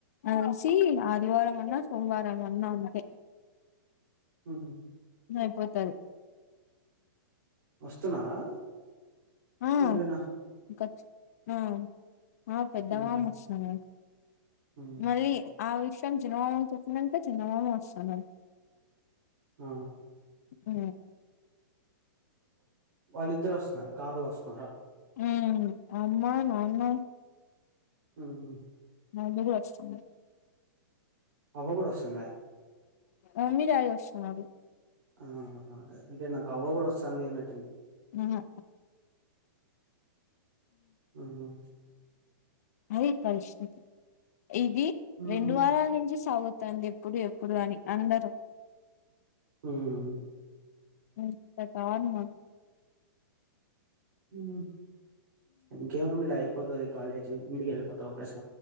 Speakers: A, on the left; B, on the right.
A: తెలిసి ఆదివారం అన్న సోమవారం అన్న ఉంటయి
B: ఉ
A: అయిపోతరు
B: వస్తున్నారా
A: ఆ
B: ఎవరైనా
A: కర్చి ఆ ఆ పెద్దమామ
B: ఉహు
A: వస్తున్నడు
B: ఉహు.
A: మళ్ళీ ఆ విషయం చిన్నమామకి చెప్పినంక చిన్నమామ వస్తున్నడు
B: ఆ
A: ఆ
B: వాళ్ళిద్దరు వస్తున్నారా కార్లో వస్తున్నారా
A: ఉమ్ అమ్మా నాన్న
B: ఉహు
A: నలుగురు వస్తున్నరు
B: అవ్వ కూడా వస్తుందా
A: మమ్మీ డాడీ వస్తున్నరు
B: ఆ అదే అంటే నాకు అవ్వ కూడా వస్తాంది అని చెప్పి
A: ఆహా
B: ఆహా
A: అది పరిస్థితి ఇది
B: ఉహు
A: రెండు వారాల నుంచి సాగు తంది ఎప్పుడు ఎప్పుడు అని అందరూ
B: ఉం
A: ఇంతట అన్నా
B: ఉం ఇంకేంముందిలే అయిపోతది కాలేజ్ ఇంటికెళ్ళి పోతావ్ ప్రసా